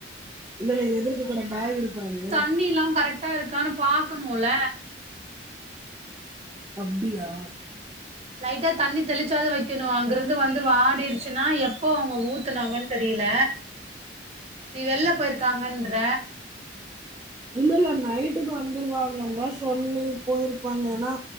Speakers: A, on the right; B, on the right.
A: இல்ல எதிர்க கட பாய் இருப்பாரு
B: தண்ணில்லாம் கரெக்டா இருக்கான்னு பாக்கணுல
A: அப்டியா
B: லைட்டா தண்ணி தெளிச்சாது வைக்கணும் அங்க இருந்து வந்து வாடிருச்சுன்னா எப்போ அவங்க ஊத்துனாங்கன்னு தெரியல நீ வெள்ல போயிருக்காங்கன்ற
A: இல்லல்ல நைட்டுக்கு வந்துருவாங்க தான் சொன்னி போயிருப்பாங்க ஏன்னா